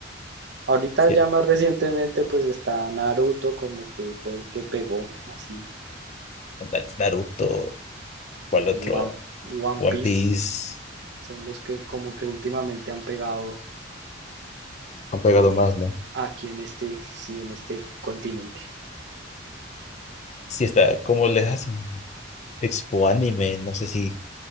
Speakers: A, on the right (about 65°); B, on the left (about 35°).
A: Ahorita
B: Sí,
A: ya más recientemente pues está Naruto como que fue el que pegó así
B: ándale, Naruto, ¿cuál otro?
A: y One, One
B: One
A: Piece
B: Piece.
A: son los que como que últimamente han pegado
B: Han pegado
A: eh,
B: más, ¿no?
A: aquí en este, sí, en este continente.
B: Sí, está. ¿Cómo les hacen? Expo Anime, no sé si.